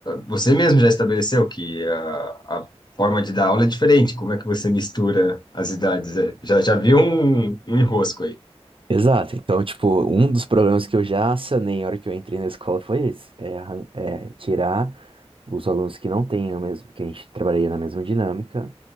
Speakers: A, on the left (about 40°); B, on the right (about 55°).
A: você mesmo já estabeleceu que a, a forma de dar aula é diferente. Como é que você mistura as idades? É, já, já vi um, um enrosco aí.
B: Exato. Então, tipo, um dos problemas que eu já sanei na hora que eu entrei na escola foi esse, é, arran- é tirar os alunos que não têm a mesma, que a gente trabalharia na mesma dinâmica